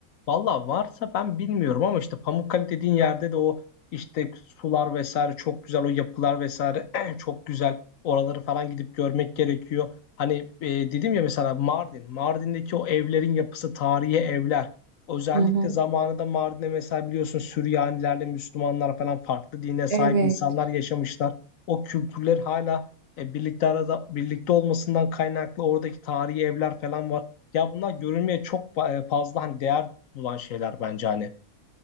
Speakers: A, on the left (about 65°); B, on the right (about 45°).
A: Valla varsa ben bilmiyorum ama işte Pamukkale dediğin yerde de o işte sular vesaire çok güzel o yapılar vesaire <clears throat> çok güzel oraları falan gidip görmek gerekiyor. Hani e, dedim ya mesela Mardin, Mardin'deki o evlerin yapısı tarihi evler. Özellikle
B: Hı hı.
A: zamanında Mardin'de mesela biliyorsun Süryanilerle Müslümanlar falan farklı dine sahip
B: Evet,
A: insanlar yaşamışlar. O kültürler hala e, birlikte arada birlikte olmasından kaynaklı oradaki tarihi evler falan var. Ya bunlar görülmeye çok fa- e, fazla hani değer bulan şeyler bence hani.